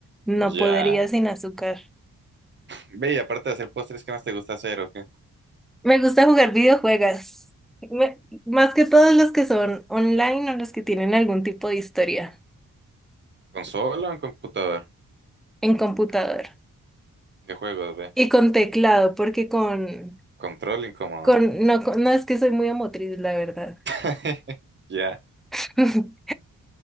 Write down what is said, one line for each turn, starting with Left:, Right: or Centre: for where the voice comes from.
Centre: no
Right: Ya.
Centre: podría sin azúcar.
Right: Ve, y aparte de hacer postres, ¿qué más te gusta hacer o qué?
Centre: Me gusta jugar videojuegos, Me- más que todos los que son online o los que tienen algún tipo de historia
Right: ¿Consola o en computador?
Centre: en computador.
Right: ¿Qué juegos, ve?
Centre: Y con teclado, porque con,
Right: Control incómodo.
Centre: con, no, con- no es que soy muy emotriz, la verdad.
Right: <laughs> Ya,
Centre: <laughs>